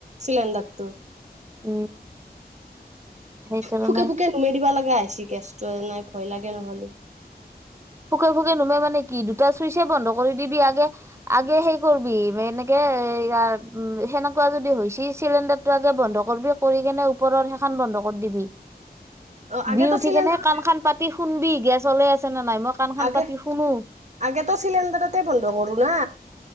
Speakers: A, on the right; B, on the right.
A: চিলেণ্ডাৰ টো।
B: উম সেইকাৰণে
A: ফুকে -ফুকে নুমে দিবা লাগা হৈছি গেছটো এ' নাই ভয় লাগে নহলি।
B: ফুকে- ফুকে নুমে মানে কি দুটা চুইচে বন্ধ কৰি দিবি আগে -আগে সেই কৰবি এনেকে হেইয়াৰ উম সেনেকুৱা যদি হৈছি চিলিণ্ডাৰটো আগে বন্ধ কৰবি কৰিকেনে ওপৰৰ সেখান বন বন্ধ কৰ দিবি
A: অ আগেতো
B: দি উঠি
A: চিলিণ্ডাৰ
B: কেনে কাণ খান পাতি শুনবি গেছ অলে আছে নে নাই মই কাণ খান
A: আগে
B: পাতি
A: -আগে
B: শুনো
A: তো চিলিণ্ডাৰতে বন্ধ কৰো না